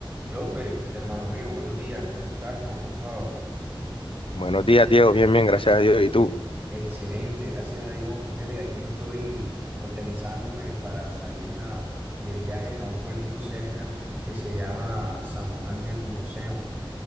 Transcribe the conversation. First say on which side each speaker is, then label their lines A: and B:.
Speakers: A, on the right (about 20°); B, on the left (about 75°).
A: Jonfer, hermano mío, buenos días, ¿cómo estás? ¿Cómo ha pasado?
B: Buenos días, Diego. Bien, bien, gracias a Dios. ¿Y tú?
A: Excelente, gracias a Dios. Fíjate que aquí estoy organizándome para salir a- de viaje a un pueblito cerca que se llama San Juan Nepomuceno.